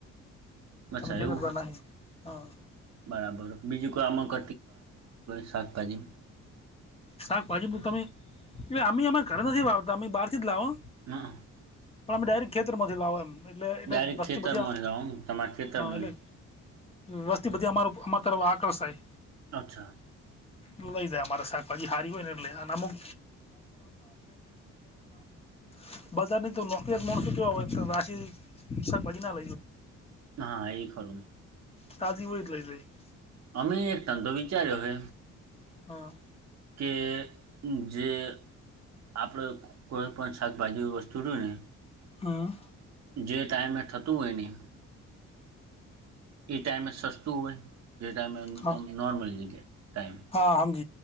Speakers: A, on the right (about 60°); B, on the left (about 20°).
A: અચ્છા
B: છેતરતા
A: એવું?
B: નહીં હા
A: બરાબર બીજું કો આમાં <unintelligible> શાકભાજી.
B: શાકભાજી તમે અમે અમારે ઘરે નથી વાવતા અમે બહાર થી જ લાવો.
A: <inaudible>
B: પણ અમે ડાયરેક્ટ ખેતરમાં લાવ એમ એટલે એટલે
A: ડાયરેક્ટ
B: વસ્તી
A: ખેતરમાં
B: બધી હા
A: જ રહો તમારા ખેતરમાં
B: એટલે,
A: જ.
B: વસ્તી બધી અમારું અમારી તરફ આકર્ષાય.
A: અચ્છા.
B: લ લઈ આમ. અરે શાકભાજી સારી હોય ને એટલે અમુક <unintelligible> બજારની તો નોકરી જ મળશે જોવા <unintelligible>
A: હા એ ખરું.
B: તાજી હોય એ જ લઈ <inaudible>
A: અમે એક ધંધો વિચાર્યો હે
B: હા
A: કે જે આપણે કોઈ પણ શાકભાજી વસ્તુ જોઈને.
B: હમ
A: જે ટાઈમે થતું હોય એની. એ ટાઈમે સસ્તુ હોય જે ટાઈમમાં
B: હા
A: નોર્મલ જગ્યા ટાઈમ.
B: હા હમ